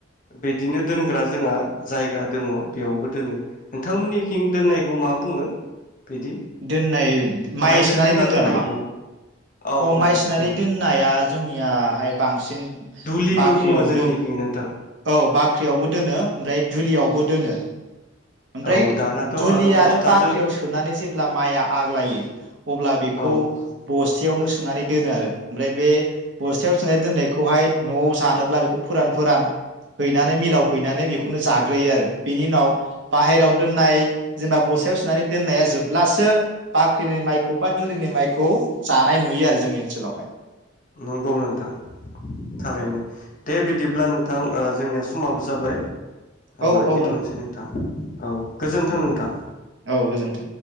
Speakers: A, on the left (about 40°); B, on the right (about 65°).
A: बिदिनो दोनग्रा जोंहा जायगा दङ बेयावबो दोनो। नोंथांमोननिखिं दोननायखौ मा बुङो? बिदि
B: दोननाय माइ
A: दोनथुमना
B: सोनानै दोनग्रा
A: दोननायखौ
B: नामा
A: औ
B: अ
A: औ
B: माइ सोनानै
A: नोंथां
B: दोननाया जोंनियाहाय बांसिन
A: दुलिबो
B: बाख्रियाव
A: बुङो जोंनिखि
B: दोन
A: नोंथां।
B: औ बाख्रियावबो दोनो ओमफ्राय दुलियावबो दोनो ओमफ्राय
A: औ दानाथ'
B: दुलि
A: बस्थाजों
B: आरो बाख्रियाव सोनानै जेब्ला माइया आग्लायो अब्ला बेखौ
A: औ
B: बस बस्थायावनो सोनानै दोनो आरो ओमफ्राय बे बस्थायाव सोनानै दोननायखौहाय न'आव जानोब्ला बेखौ फोरान फोरान हैनानै मिलाव हैनानै बेखौनो जाग्रोयो आरो बेनि उनाव बाहेरायाव दोननाय जेनेबा बसथायाव सोनानै दोननाया जोबब्लासो बाख्रिनि माइखौ बा दुलिनि माइखौ जानाय नुयो आरो जोंनि ओनसोलावहाय।
A: नंगौ नोंथां थारैनो
B: औ
A: दे बिदिब्ला नों थां ओ जोंनिया समाबो जाबाय।
B: औ
A: लाखिथ'नोसै
B: औ
A: नोंथां औ गोजोन्थों नोंथां।
B: औ गोजोन्थों।